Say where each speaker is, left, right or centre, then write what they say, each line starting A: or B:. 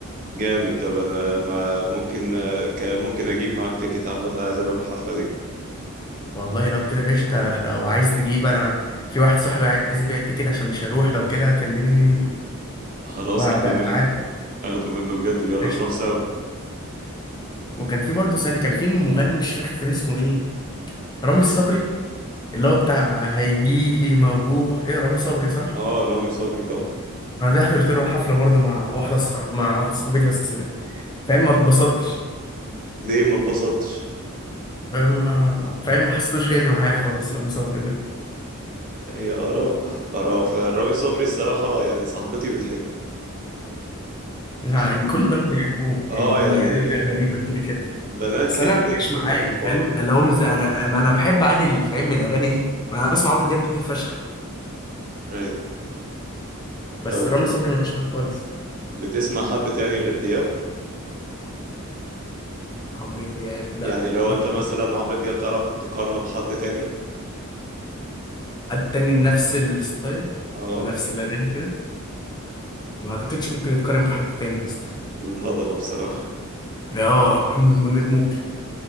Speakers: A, on the right; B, on the left.
A: جامد طب انا ما ممكن ك- ممكن اجيب معاك تيكت عامه عايز اروح الحفله دي
B: والله لو كده قشطه لو عايز تجيب انا في واحد صاحبي عايز يبيع التيكت عشان مش هيروح لو كده كلمني
A: خلاص
B: وهبقى
A: اخده منه
B: عاد
A: اخده منه بجد ويلا
B: قشطه
A: نروح سوا
B: وكان في برضه ثاني كان في مغني مش فاكر كان اسمه ايه رامي صبري اللي هو بتاع هيجيلي موجوع ايه رامي صبري صح؟
A: اه رامي صبري طبعا
B: انا ده حضرت له حفله برضه مع واحده صح... مع واحده صاحبتي بس فاهم ما اتبسطتش
A: ليه ما اتبسطتش
B: فاهم ما فاهم ما حسيتوش جاي معايا خالص رامي صبري ده
A: هي اراء اراء فرامي صبري الصراحه يعني صاحبتي بتحب
B: يعني
A: <laughs>
B: كل البنات بيحبوه
A: اه
B: يعني دي
A: يعني
B: حاجه غريبه كده كده
A: بنات
B: بس
A: كده
B: انا
A: كده
B: ما جاش
A: بيبقوا
B: معايا
A: حابين بعض
B: فاهم اللي هو مش زي انا ما انا بحب عادي ال- فاهم الاغاني دي ما انا بسمع عمرو دياب كتير فشخ
A: right.
B: بس
A: او
B: رامي صبري ما جاش معايا خالص
A: بتسمع حد تاني غير دياب
B: عمرو دياب لا
A: يعني لو
B: كنت
A: انت مثلا عمرو دياب تعرف تقارنه بحد تاني
B: حد تاني نفس الستايل
A: اه
B: ونفس الاغاني وكده ما اعتقدش ممكن يتقارن بحد تاني يا اسطى
A: الهضبة بصراحة
B: يعني اه محمد منير ممكن